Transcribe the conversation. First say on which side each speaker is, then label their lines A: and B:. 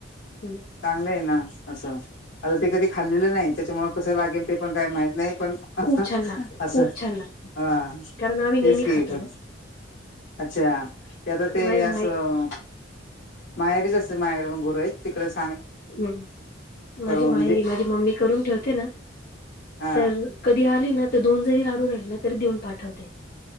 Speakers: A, on the left (about 50°); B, on the left (about 70°).
A: हम्म.
B: चांगलंये ना असं आता ते कधी खाल्लेलं नाही, त्याच्यामुळ कसं लागेल ते पण काय माहीत नाई. पण
A: खूप छान लागतं
B: असं,
A: खूप छान लागतं
B: हा
A: कारण आम्ही नेहमी
B: हेच की
A: खातो
B: ब
A: ना
B: अच्छा! ते आता ते
A: माझ्या माय
B: असं माहेरीच अस मायाकडून गुरु आहेत तिकडच
A: हम् माझी
B: म्हणजे
A: माहेरी माझी मम्मी करून ठेवते ना
B: हा
A: तर कधी आली ना, त दोन जरी लाडू राहिले ना तरी देऊन पाठवते.